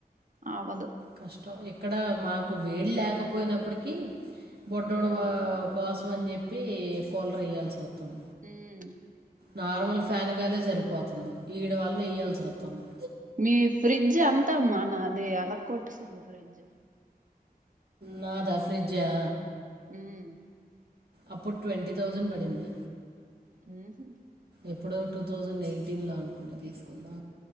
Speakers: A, on the right; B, on the right.
A: అవదు
B: కష్టం ఇక్కడ మాకు వేడిలేకపోయినప్పటికీ బుడోడు
A: మ్మ్
B: వా వా స్ మని చెప్పి కూలర్ ఎయ్యాల్సిఒతుంది
A: ఉమ్
B: నార్మల్ ఫ్యాన్ గాలే సరిపోతుంది ఈడి వల్ల ఎ య్యాల్సి వతుంది
A: మీ ఫ్రిడ్జ్ అంతా మ్మనదె అల కొట్టేసారు ఫ్రిడ్జ్
B: నాదా ఫ్రిడ్జా?
A: ఉమ్మ్
B: అప్పుడు ట్వంటీ థౌజండ్ పడింది
A: ఉహు
B: ఎప్పుడో టూ థౌజండ్ ఎయిటీన్ లో అనుకుంట తీసుకున్నా